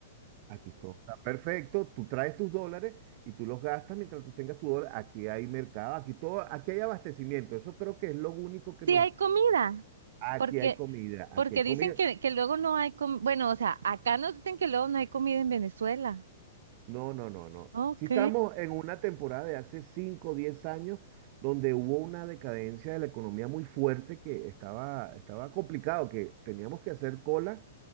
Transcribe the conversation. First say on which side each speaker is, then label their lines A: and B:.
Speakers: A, on the right; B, on the right.
A: aquí todo está perfecto, tú traes tus dólares y tú los gastas mientras tú tengas tu dólar, aquí hay mercado, aquí todo, aquí hay abastecimiento, eso creo que es lo único que
B: Sí
A: nos...
B: hay comida,
A: Aquí
B: porque,
A: hay comida, aquí
B: porque
A: hay
B: dicen
A: comida.
B: que, que luego no hay comida. Bueno, o sea, acá nos dicen que luego no hay comida en Venezuela.
A: No, no, no, no.
B: Ok.
A: Si estamos en una temporada de hace 5, o 10 años donde hubo una decadencia de la economía muy fuerte que estaba, estaba complicado, que teníamos que hacer cola